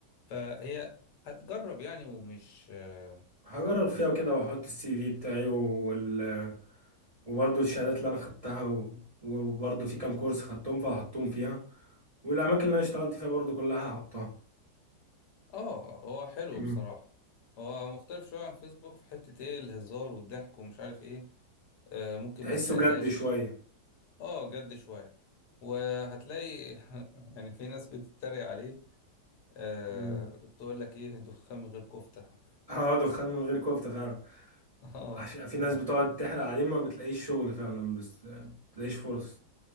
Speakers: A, on the left; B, on the right.
A: فهي هتجرب يعني ومش
B: هجرب
A: مش
B: فيها وكده واحط السي في بتاعي وال... وبرضه الشهادات اللي انا خدتها و... وبرضه في كام كورس خدتهم فهحطهم فيها والاماكن اللي انا اشتغلت فيها برضه كلها هحطها
A: اه هو حلو
B: مم.
A: بصراحة هو مختلف شوية عن فيسبوك في حتة ايه الهزار والضحك ومش عارف ايه آه ممكن
B: تحسه
A: ما تلاقيهاش
B: جد شويه
A: اه جد شوية وهتلاقي <laughs> يعني في ناس بتتريق عليه آه
B: مم.
A: تقول لك ايه دخان من غير كفتة <laughs>
B: اه دخان من غير كفته فعلا
A: اه
B: عشان في
A: فعلا
B: ناس بتقعد تحرق عليه ما بتلاقيش شغل فعلا بس ما بتلاقيش فرص